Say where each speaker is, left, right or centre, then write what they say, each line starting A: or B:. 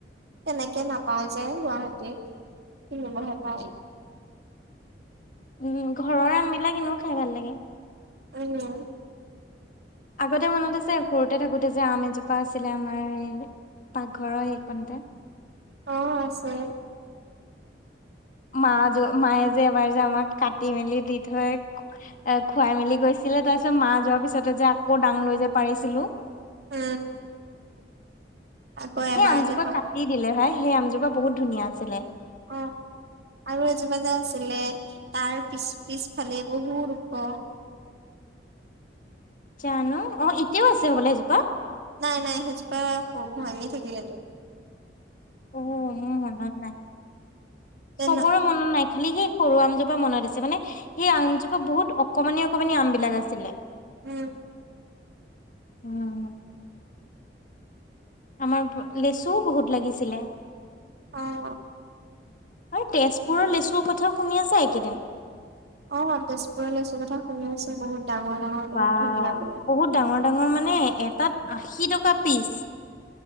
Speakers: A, on the right; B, on the left.
A: কেনেকে নাপাওঁ যে গুৱাহাটীত কিনিবহে পাওঁ।
B: উম ঘৰৰ আমবিলাক এনেও খাই ভাল লাগে।
A: উম
B: আগতে মনত আছে সৰুতে থাকোতে যে আম এজোপা আছিলে আমাৰ এই পাকঘৰৰ সেইখনতে
A: অ আছে
B: মা যোৱা মায়ে যে এবাৰ যে আমাক কাটি মেলি দি থৈ খুৱাই মেলি গৈছিলে তাৰ পিছত মা যোৱাৰ পিছতে যে আকৌ দাং লৈ যে পাৰিছিলো
A: উম আকৌ
B: সেই
A: এবাৰ
B: আমজোপা
A: যে
B: কাটি দিলে ভাই সেই আমজোপা বহুত ধুনীয়া আছিলে।
A: অ আৰু এজোপাাজা আছিলে তাৰ পিছ পিছফালে বহু ওখ
B: জানো অ এতিয়াও আছে হবলে এজোপা
A: নাই নাই সেইজোপা খুব ভন থাকিলে তোৰ
B: অ মোৰ মনত নাই
A: তেনে
B: চবৰে মনত নাই? খালি সেই সৰু আমজোপা মনত আছে মানে সেই আমজোপা বহুত অকমানি অকমানি আম বিলাক আছিলে
A: উম
B: উম আমাৰ লেচুও বহুত লাগিছিলে-
A: অ
B: হয় তেজপুৰৰ লেচুৰ কথাও শুনি আছা এইকেইদিন
A: অ তেজপুৰ ল আছো কথা শুনি আছো বহুত ডাঙৰ ডাঙৰ বহুত
B: বা
A: ধুনীয়া বোলে
B: বহুত ডাঙৰ ডাঙৰ মানে নে এটাত আশী টকা পিচ